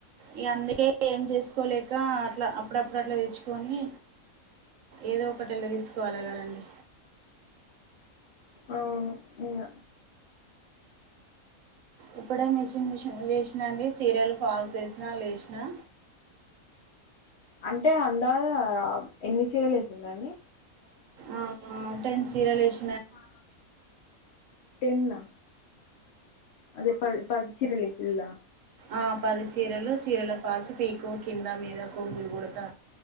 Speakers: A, on the right; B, on the left.
A: ఇగ అందుకే, ఏం చేసుకోలేక అట్ల అప్పుడప్పుడు అట్లా తెచ్చుకొని, ఏదో ఒకటి ఎళ్ల తీసుకోవాలి కదండి!
B: అవును ఇంగ
A: ఇప్పుడే మిషన్ మిషన్ లేచినా అండి చీరలు ఫాల్స్ ఏసినా లేచినా
B: అంటే అందధ ఎన్ని చీరలు వేసిరు అండి
A: ఆ ఆ టెన్ చీరలు ఏసి
B: మా టెన్ ఆ అదే ప పది చీరలు ఏసిన్ల
A: ఆ పది చీరలు చీరల ఫాల్చు పీకో కింద మీద కొంగులు కుడతా